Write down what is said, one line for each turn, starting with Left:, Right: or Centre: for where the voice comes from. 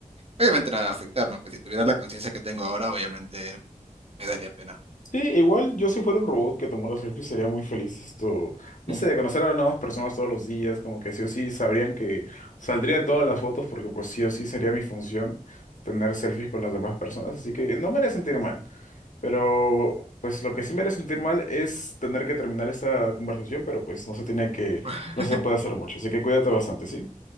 Right: obviamente la va a afectar, ¿no? Pues si tuviera la conciencia que tengo ahora, obviamente me daría pena, ¿no?
Left: Sí, igual yo si fuera un robot que tomara selfies sería muy feliz esto, no
Right: <laughs>
Left: sé, de conocer a nuevas personas todos los días, como que sí o sí sabrían que saldrían todas las fotos porque pues sí o sí sería mi función tener selfies con las demás personas, así que no me haría sentir mal. Pero pues lo que sí me haría sentir mal es tener que terminar esta conversación, pero pues no se tiene que,
Right: Ujú.
Left: no se puede hacer mucho. Así que cuídate bastante, ¿sí?